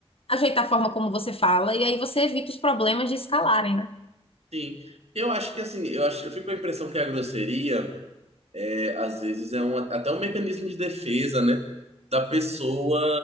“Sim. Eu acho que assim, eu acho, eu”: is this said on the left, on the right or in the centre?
Right